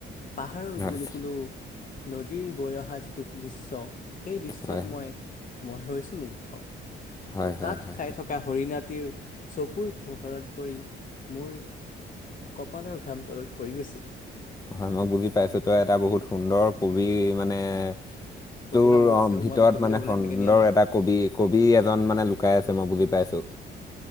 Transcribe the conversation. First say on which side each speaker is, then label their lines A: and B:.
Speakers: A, on the left; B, on the left.
A: পাহাৰৰ
B: হয়
A: কুলো কুলো নদীৰ বৈ অহা যিটো দৃশ্য, সেই দৃশ-
B: হয়
A: মই মই হৈছোঁ মুগ্ধ,
B: হয় হয়
A: তাত
B: হয়
A: খাই থকা হৰিণাটিৰ, চকুৰ পোহৰত পৰি মোৰ- কপালৰ ঘাম তলত পৰি গৈছে
B: হয় মই বুজি পাইছো, তই এটা বহুত সুন্দৰ কবি মানে-
A: প্ৰতিভা
B: তোৰ
A: বহুত
B: অ
A: আছে
B: ভিতৰত
A: মই বিকশিত
B: মানে
A: হ'বলৈ
B: সুন্দৰ
A: তেনেকৈ দিয়া নাই
B: এটা- কবি কবি এজন মানে লুকাই আছে, মই বুজি পাইছোঁ।